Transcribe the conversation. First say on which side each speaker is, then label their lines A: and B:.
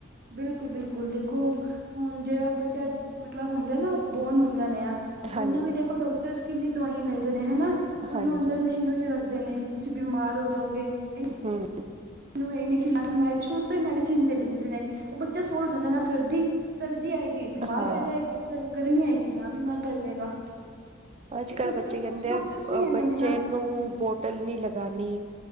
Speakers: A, on the right; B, on the right.
A: ਬਿਲਕੁਲ- ਬਿਲਕੁਲ ਦੇਖੋ ਹੁਣ ਜਿਹੜਾ ਬੱਚਾ ਮਤਲਬ ਹੁੰਦਾ ਨਾ ਬੋਨ ਹੁੰਦਾ ਨਾ ਉਹਨੂੰ
B: ਹਾਂਜੀ,
A: ਵੀ ਦੇਖੋ ਡਾਕਟਰਸ ਕਿੰਨੀ ਦਵਾਈਆਂ ਦਿੰਦੇ ਨੇ ਹਨਾ ਉਹਨੂੰ
B: ਹਾਂਜੀ
A: ਅੰਦਰ ਮਸ਼ੀਨਾਂ ਵਿੱਚ ਰੱਖਦੇ ਨੇ। ਤੁਸੀਂ ਬਿਮਾਰ ਹੋ ਜਾਓਗੇ, ਇਨ
B: ਹੂੰ।
A: ਨੂੰ ਇਹ ਨੀ ਖੀ ਲਾਣਾ ਨਾਲੇ ਛੋਟੇ ਮੈਡਿਸੀਜ ਦੇ ਦੇਂਦੈ ਨੇ ਉਹ ਬੱਚਾ ਸੋਹ ਜਾਂਦਾ ਨਾ, ਸਰਦੀ ਸਰਦੀ ਆਏਗੀ ਬਿਮਾਰ
B: ਹਾਂ
A: ਪੈ ਜਾਏਗਾ, ਗਰਮੀ ਆਏਗੀ ਤਾਂ ਬਿਮਾਰ ਪੈ ਜਾਏਗਾ।
B: ਅੱਜ
A: ਇਹ
B: ਕੱਲ
A: ਡਾਕਟਰਸ
B: ਬੱਚੇ ਕਹਿੰਦੇ
A: ਕੁਛ ਡਾਕਟਰਸ
B: ਆ,
A: ਵੀ ਐਵੇਂ
B: ਬੱਚੇ
A: ਨੇ ਨਾ
B: ਨੂੰ ਬੋਟਲ ਨੀ ਲਗਾਣੀ।